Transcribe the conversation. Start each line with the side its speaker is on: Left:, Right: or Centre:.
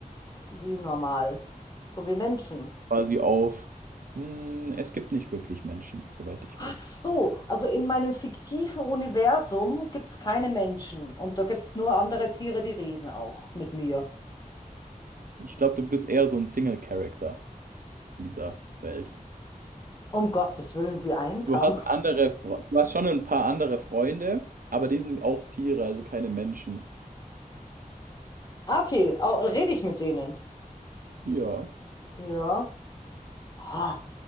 Left: wie normal, so wie Menschen.
Right: Quasi auf, hm, es gibt nicht wirklich Menschen, soweit ich
Left: Ach
Right: weiß.
Left: so, also in meinem fiktiven Universum gibt es keine Menschen und da gibt es nur andere Tiere, die reden auch mit mir.
Right: Ich glaube, du bist eher so ein Single-Character in dieser Welt.
Left: Um Gottes Willen, wie einsam.
Right: Du hast andere, Fre- du hast schon ein paar andere Freunde, aber die sind auch Tiere, also keine Menschen.
Left: Ah, Okay, au- rede ich mit denen?
Right: Ja,
Left: Ja. Ha.